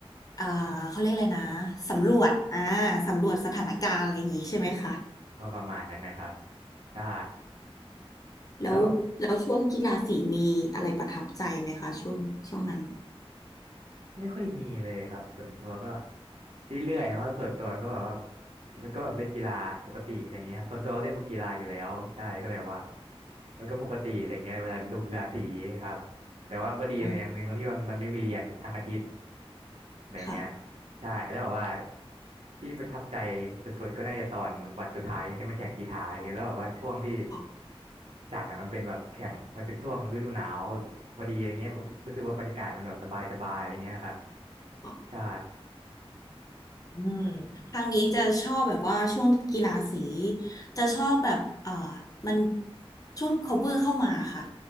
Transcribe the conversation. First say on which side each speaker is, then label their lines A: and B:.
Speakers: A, on the left (about 35°); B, on the right (about 85°).
A: อ่าเขาเรียกอะไรนะสำรวจอ่าสำรวจสถานการณ์อะไรอย่างงี้ใช่ไหมคะ
B: ก็ประมาณนั้นนะครับใช่
A: แล้วแล้วช่วงกีฬาสีมีอะไรประทับใจไหมคะช่วงช่วงนั้น
B: แล้วแบบ ไม่ค่อยมีเลยครับส่วนตัวก็เรื่อยๆเพราะส่วนตัวก็แบบว่ามันก็แบบเล่นกีฬาปกติอะไรเงี้ยครับส่วนตัวก็เล่นพวกกีฬาอยู่แล้วใช่ก็เลยว่ามันก็ปกติอะไรเงี้ยเวลาดูกีฬาสีครับแต่ว่ามันก็ดีอย่างหนึ่งตรงที่ว่ามันไม่มีเรียนทั้งอาทิตย์
A: อ๋อ
B: อะไรเงี้ย
A: ค่ะ
B: ใช่แล้วแบบว่าที่ประทับใจสุดๆก็น่าจะตอนวันสุดท้ายที่มาแข่งกีฬาอย่างเงี้ยแล้วแบบว่าช่วงที่
A: อ๋อ
B: จัดอะมันเป็นแบบแข่งมันเป็นช่วงฤดูหนาว พอดีอะไรเงี้ยผมรู้สึกว่าบรรยากาศมันแบบสบายสบายอะไรเงี้ยครับ
A: อ๋อ
B: ใช่
A: อืมทางนี้จะชอบแบบว่าช่วงกีฬาสี จะชอบแบบเอ่อมันช่วง cover เข้ามาค่ะ